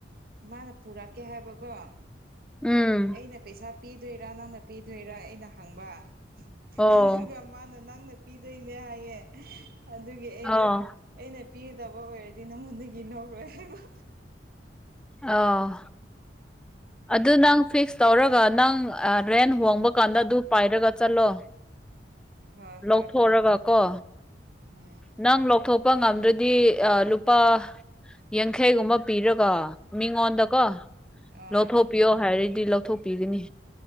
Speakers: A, on the right (about 55°); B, in the centre.
A: ꯃꯥꯅ ꯄꯨꯔꯛꯀꯦ ꯍꯥꯏꯕꯀꯣ
B: ꯎꯝ
A: ꯑꯩꯅ ꯄꯩꯁꯥ ꯄꯤꯗꯣꯏꯔꯥ ꯅꯪꯅ ꯄꯤꯗꯣꯏꯔꯥ ꯑꯩꯅ ꯍꯪꯕ
B: ꯑꯣ
A: ꯑꯗꯨꯒ ꯃꯥꯅ ꯅꯪꯅ ꯄꯤꯗꯣꯏꯅꯦ ꯍꯥꯏꯌꯦ ꯑꯗꯨꯒꯤ ꯑꯩꯅ
B: ꯑꯣ
A: ꯑꯩꯅ ꯄꯤꯒꯗꯕ ꯑꯣꯢꯔꯗꯤ ꯅꯉꯣꯟꯗꯒꯤ ꯂꯧꯔꯣꯢ ꯍꯥꯢꯕ
B: ꯑꯥꯎ ꯑꯗꯨ ꯅꯪ ꯐꯤꯛꯁ ꯇꯧꯔꯒ ꯅꯪ ꯔꯦꯟ ꯍꯣꯡꯕ ꯀꯥꯟꯗ ꯑꯗꯨ ꯄꯥꯏꯔꯒ ꯆꯠꯂꯣ
A: ꯍꯣꯏ
B: ꯂꯧꯊꯣꯛꯔꯒ
A: ꯍꯣꯏ
B: ꯀꯣ
A: ꯎꯝ
B: ꯅꯪ ꯂꯧꯊꯣꯛꯄ ꯉꯝꯗ꯭ꯔꯗꯤ ꯑ ꯂꯨꯄꯥ ꯌꯥꯡꯈꯩꯒꯨꯝꯕ ꯄꯤꯔꯒ ꯃꯤꯉꯣꯟꯗꯀꯣ
A: ꯑꯥ
B: ꯂꯧꯊꯣꯛꯄꯤꯌꯣ ꯍꯥꯏꯔꯗꯤ ꯂꯧꯊꯣꯛꯄꯤꯒꯅꯤ